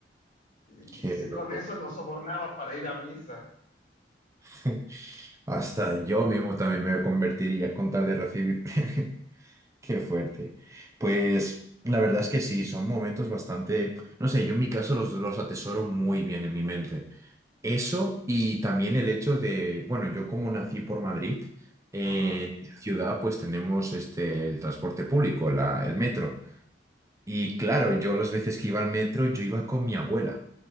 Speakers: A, on the left; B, on the right.
A: Y, <laughs>
B: Qué
A: y si
B: loco.
A: con eso nos sobornaba para ir a misa.
B: <laughs> Hasta yo mismo también me convertiría con tal de recibir <laughs> premio. Qué fuerte. Pues la verdad es que sí, son momentos bastante, no sé, yo en mi caso los, los atesoro muy bien en mi mente. Eso y también el hecho de, bueno, yo como nací por Madrid, eh,
A: Ajá,
B: en la ciudad pues tenemos este, el transporte público, la- el metro. Y claro, yo las veces que iba al metro, yo iba con mi abuela.